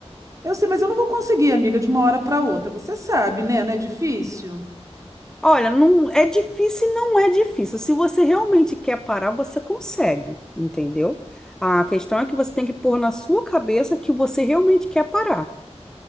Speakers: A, on the right (about 30°); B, in the centre.
A: eu sei, mas eu não vou conseguir, amiga, de uma hora para outra. Você sabe, né? Não é difícil?
B: Olha, não é difícil, e não é difícil. Se você realmente quer parar, você consegue, entendeu? A questão é que você tem que pôr na sua cabeça que você realmente quer parar.